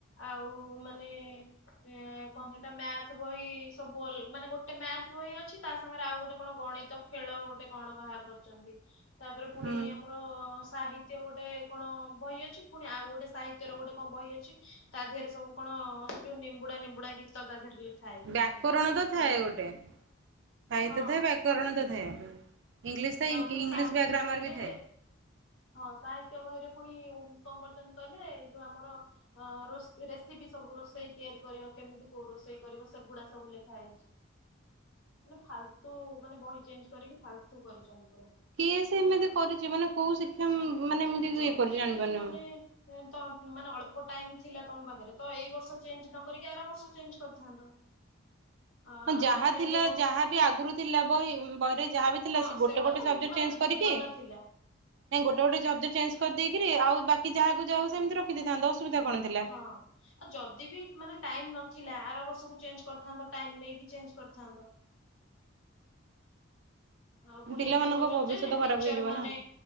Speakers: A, on the left; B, on the right.
A: ଆଉ ମାନେ ଏ କଣ ହେଇଟା ମ୍ୟାଥ ବହି ସବୁ ଅଲ୍ ମାନେ ଗୋଟେ ମ୍ୟାଥ ବହି ଅଛି ତା ସାଙ୍ଗରେ ଆଉ ଗୋଟେ କଣ ଗଣିତ ଖେଳ ଗୋଟେ କଣ ବାହାର କରିଛନ୍ତି ତାପରେ ପୁଣି
B: ହୁଁ
A: ଆମର ସାହିତ୍ୟ ଗୋଟେ କଣ ବହି ଅଛି ପୁଣି ଆଉ ଗୋଟେ ସାହିତ୍ୟ ର ଗୋଟେ କଣ ବହି ଅଛି ତା ଦେହରେ ସବୁ କଣ ସେ ଯୋଉ ନିମ୍ବୁଡା ନିମ୍ବୁଡା ଗୀତ ତା ଦେହରେ ଲେ ଖାଇଛି
B: ବ୍ୟାକରଣ ତ ଥାଏ
A: ଆଉ
B: ଗୋଟେ ସାହିତ୍ୟ
A: ହଁ
B: ଥାଏ ବ୍ୟାକରଣ ତ ଥାଏ। ଇଂଲିଶ ଥାଏ
A: ଆଉ ପୁଣି
B: ଇଂଲିଶ
A: ସାହିତ୍ୟ
B: ବ୍ୟା ଗ୍ରାମାର
A: ବହିରେ
B: ବି ଥାଏ।
A: ହଁ ସାହିତ୍ୟ ବହିରେ ପୁଣି ଉ କଣ କରୁଛନ୍ତି କହିଲେ ଏଇ ଯୋଉ ଆମର ହଁ ରୋଷେ ରେସିପି ସବୁ ରୋଷେଇ ତିଆରି କରିବ କେମିତି? କୋଉ ରୋଷେଇ କରିବ ସେଗୁଡା ସବୁ ଲେଖା ହେଇଛି। ମାନେ ଫାଲତୁ ମାନେ ବହି ଚେଞ୍ଜ୍ କରିକି ଫାଲତୁ କରିଛନ୍ତି ପୁରା।
B: କିଏ ସେ ଏମିତି କରିଛି ମାନେ କୋଉ ଶିକ୍ଷା ମାନେ ଏମିତି ଇଏ
A: ଯଦି
B: କରିଛି ଜାଣିପାରୁନି
A: ବି ମାନେ
B: ମୁଁ।
A: ତ ମାନେ ଅଳ୍ପ ଟାଇମ୍ ଥିଲା ତମ ପାଖରେ ତ ଏଇ ବର୍ଷ ଚେଞ୍ଜ୍ ନ କରିକି ଆର ବର୍ଷ ଚେଞ୍ଜ୍ କରିଥାନ୍ତ। ଅ
B: ହଁ
A: ଆଉ
B: ଯାହା
A: ତମେ
B: ଥିଲା
A: ଏବେ କହୁଛ
B: ଯାହାବି
A: କି
B: ଆଗରୁ ଥିଲା ବହି ବହିରେ ଯାହାବି ଥିଲା
A: ହଁ
B: ସେ
A: ସେଗୁଡା
B: ଗୋଟେ ଗୋଟେ
A: ତ
B: ଗୋଟେ ସବଜେକ୍ଟ
A: ମାନେ
B: ଚେଞ୍ଜ କରିକି
A: ଭଲ ଥିଲା
B: ନାଇଁ ଗୋଟେ ଗୋଟେ ଜବଜେକ୍ଟ ଚେଞ୍ କରିଦେଇକିରି ଆଉ ବାକି ଯାହା ଯାହାକୁ ସେମିତି ରଖିଦେଇଥାନ୍ତ ଅସୁବିଧା କଣ? ଥିଲା।
A: ହଁ। ଆଉ ଯଦି ବି ମାନେ ଟାଇମ୍ ନଥିଲା ଆର ବର୍ଷକୁ ଚେଞ୍ଜ୍ କରିଥାନ୍ତ ଟାଇମ୍ ନେଇକି ଚେଞ୍ଜ୍ କରିଥାନ୍ତ। ଆଉ ପୁଣି
B: ପିଲାମାନଙ୍କ
A: ଏବେ କହୁଛନ୍ତି
B: ଭବିଷ୍ୟତ
A: ଯେ ଟିଚର
B: ଖରାପ ହେଇଯିବ
A: ମାନେ
B: ନା।